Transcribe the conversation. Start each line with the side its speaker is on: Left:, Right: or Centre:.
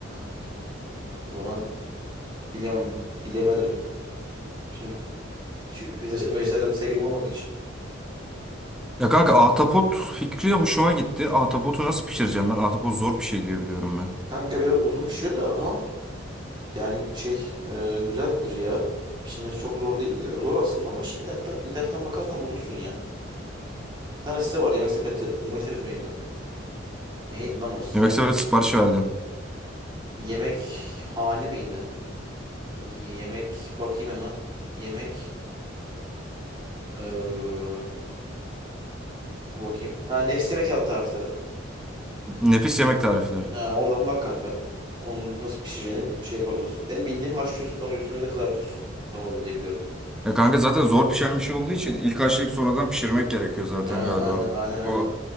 Right: o o zaman bilemem, bilemedim. Şimdi şu veze- vejetaryen bir sevgilim olmadığı için.
Centre: Ya kanka ahtapot fikri hoşuma gitti. Ahtapotu nasıl pişireceğim ben? Ahtapot zor bir şey diye biliyorum ben.
Right: Kanka biraz uzun pişiyor da ama yani şey e, güzeldir ya. Pişirmesi çok zor değil. E, Zor aslında ama şimdi internetten, internetten bakarsan bulursun ya. Bir tane site var yemek sepeti. Yemek sepeti miydi? Neydi lan o site?
Centre: Yemekse ben sipariş verdim.
Right: Yemek hane miydi? Yemek bakayım hemen. Yemek Ee, dur bakayım. Ha nefis yemek yaptı tarifleri.
Centre: Nefis yemek tarifleri.
Right: Ha oradan bak kanka. Onu nasıl pişireceğini bir şey yaparlar. Benim bildiğim haşlıyorsun sonra üstüne de kızartıyorsun. Tavada diye biliyorum.
Centre: Ya kanka zaten zor pişen bir şey olduğu için ilk haşlayıp sonradan pişirmek gerekiyor zaten
Right: Ha,
Centre: galiba.
Right: aynen aynen
Centre: Bu
Right: aynen.